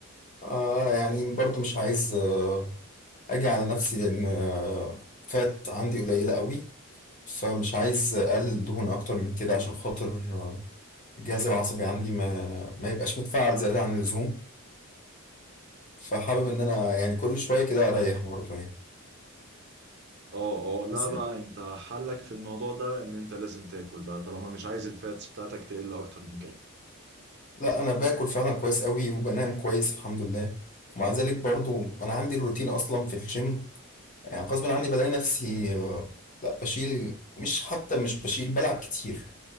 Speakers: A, on the left; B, on the right.
A: آه يعني برضو مش عايز آه اجي على نفسي لان آه فات عندي قليلة قوي فمش عايز اقلل دهون اكتر من كده عشان خاطر آه، الجهاز العصبي عندي ما ما يبقاش متفاعل زيادة عن اللزوم فحابب ان انا يعني كل شوية كده اريح برضو يعني
B: اه اه لا
A: بس
B: بقى انت حلك في الموضوع ده ان انت لازم تاكل بقى طالما مش عايز الفاتس بتاعتك تقل اكتر من كده
A: لا انا باكل فعلا كويس قوي وبنام كويس الحمد لله ومع ذلك برضو انا عندي الروتين اصلا في الجيم يعني غصب عني بلاقي نفسي آه، لا بشيل مش حتى مش بشيل بلعب كتير